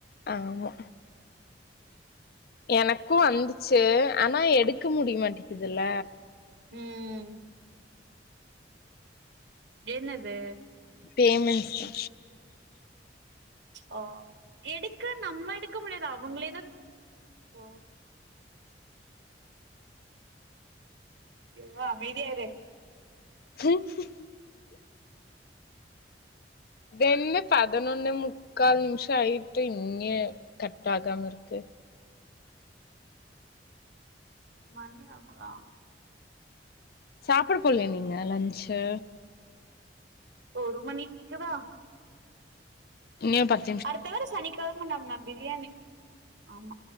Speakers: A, on the left (about 60°); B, on the right (about 80°).
A: ஆமா எனக்கு வந்துச்சு ஆனா எடுக்க முடிய மாட்டிக்குதுல
B: ம் என்னது
A: பேமன்ஸ்தா
B: ஒ எடுக்க நம்ம எடுக்க முடியாது அவுங்களேதா ஒ ஐயோ அமைதியா இரு
A: <inaudible> இதுஎன்ன பதனொன்னே முக்கால் நிமிஷோ ஆயிட்டு இன்யு கட்ட ஆகாம இருக்கு
B: மணி ஆகுதா
A: சாப்புட போலயா நீங்க லன்ச்சு
B: ஒரு மணிக்கவா
A: இன்யு பத்
B: அடுத்த வர சனிக்கெழ நம்ம பிரியாணி ஆமா